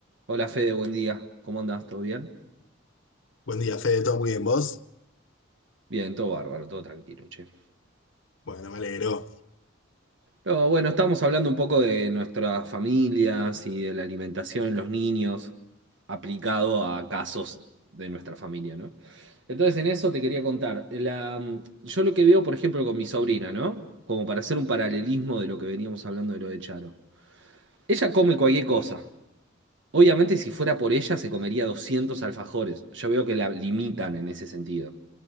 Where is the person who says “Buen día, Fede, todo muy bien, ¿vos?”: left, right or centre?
Left